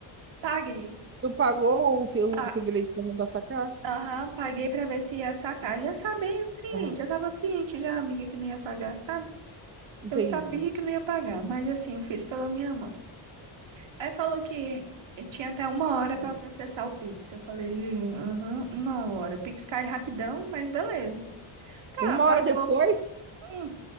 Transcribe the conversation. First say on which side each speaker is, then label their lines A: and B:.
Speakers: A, on the right; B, on the right.
A: paguei.
B: Tu pagou o, up- o
A: Pa-
B: upgrade pra não dar sacar?
A: Aham, paguei pra ver se ia sacar. Já sabendo, sim,
B: Aham.
A: já tava ciente, já, amiga, que não ia pagar, sabe?
B: Entendi.
A: Eu sabia que não ia pagar, mas assim, eu fiz pela minha mãe. Aí falou que tinha até uma hora para processar o Pix. Eu falei, "Ih, aham, uma hora. O Pix cai rapidão, mas beleza. Tá,
B: Uma
A: passou.
B: hora depois?
A: Hum,